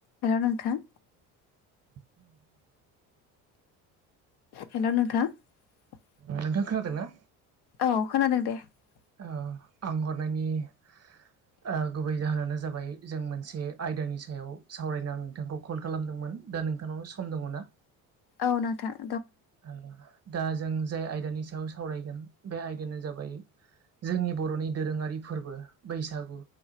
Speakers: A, on the left; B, on the right.
A: हेल' नोंथां ।
B: <unintelligible>
A: हेल' नोंथा ।
B: नोंथां खोनादों ना?
A: औ खोनादों दे ‌।
B: औ आं हरनायनि आ गुबै जाहोनानो जाबाय जों मोनसे आयदानि सायाव सावरायनो आं नोंथांखौ कल खालामदों मोन दा नोंथांनावनो सम दङ ना?
A: औ नोंथां ।
B: आं दा जों जाय आयदानि सायाव सावरायगोन बे आयदायानो जाबाय जोंनि बर'नि दोरोङारि फोरबो बैसागु